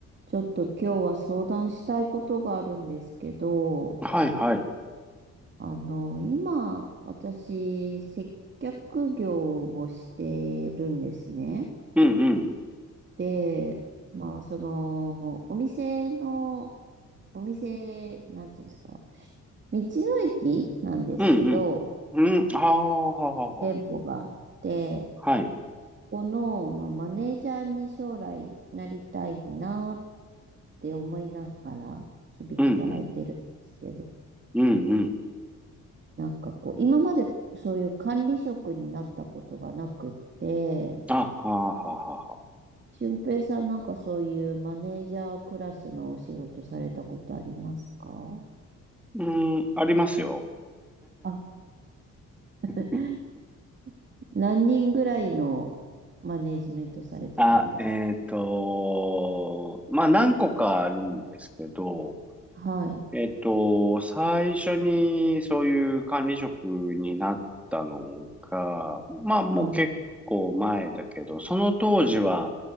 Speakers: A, on the right; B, in the centre.
A: ちょっと今日は相談したいことがあるんですけど、
B: はいはい。
A: あの、今、私、接客業をしてるんですね。
B: うんうん。
A: で、まあ、その、お店の、お店、なんていうんですか、道の駅なんですけど、
B: うんうん。うん。はあ、はあ、
A: 店舗があって、
B: はあ。はい。
A: この、まあ、マネージャーに将来なりたいなって思いながら、日々働いてるんですけど、
B: うんうん。うんうん。
A: なんかこう、今までそういう管理職になったことがなくって、
B: あ、はあ、はあ、はあ。はあ
A: 俊平さんなんかそういうマネージャークラスのお仕事されたことありますか
B: うん、ありますよ。
A: あ、<laughs>
B: <laughs>
A: 何人ぐらいのマネージメントされてたんです
B: あ、えっと、まあ、何個かあるんですけど、
A: はい、
B: えっと、最初にそういう管理職になったのが、まあ、もう結構前だけど、
A: はい、
B: その当時は、